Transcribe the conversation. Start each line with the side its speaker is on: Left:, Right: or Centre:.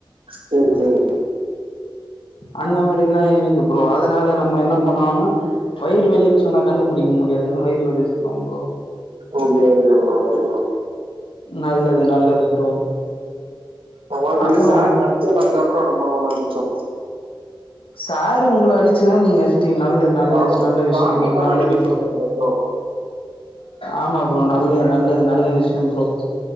Right: சேரி சேரி
Left: அந்த மாதிரி எல்லா இருக்கு ப்ரோ அதனால நம்ம என்ன பண்ணோம்னா வயிறு வலின்னு சொன்னா கண்டு புடிக்க முடியாதுன்னு வயிறு வலி சொல்லுவ ப்ரோ
Right: ஓகே ஓகே ப்ரோ சேரி ப்ரோ
Left: நல்லது நல்லது ப்ரோ
Right: அவன கண்டு
Left: அப்றோ
Right: சார் அடிச்சதன்னால தா ப்ரோ நம்ம அவன அடிச்சோ
Left: சாரு உங்கள அடிச்சுனா நீங்க த்தி நல்லது நல்லது
Right: ஆமா
Left: நல்ல விஷயம்
Right: காரணம்
Left: ப்ரோ
Right: இல்லாம
Left: நல்லது
Right: அடிக்க
Left: ப்ரோ
Right: கூடாதுல்ல ப்ரோ
Left: ஆமா ப்ரோ நல்லது நல்லது நல்ல விஷயம் ப்ரோ